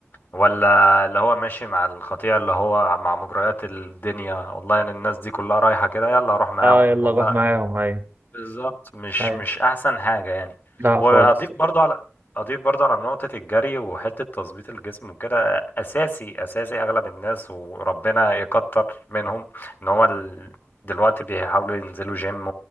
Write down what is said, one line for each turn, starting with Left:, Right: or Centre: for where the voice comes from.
Left: ولا اللي هو ماشي مع الخطيئة اللي هو مع مجريات الدنيا والله انا الناس دي كلها رايحة كده يلا اروح معاهم
Right: اه يلا
Left: والله
Right: روح معاهم ايوه
Left: بالظبط مش
Right: ايوه
Left: مش احسن حاجه يعني
Right: لا
Left: واضيف
Right: خالص
Left: برضو على اضيف برضو على نقطه الجري وحته تظبيط الجسم وكده اساسي اساسي اغلب الناس وربنا يكتر منهم ان هو ال... دلوقتي بيحاولوا ينزلوا جيم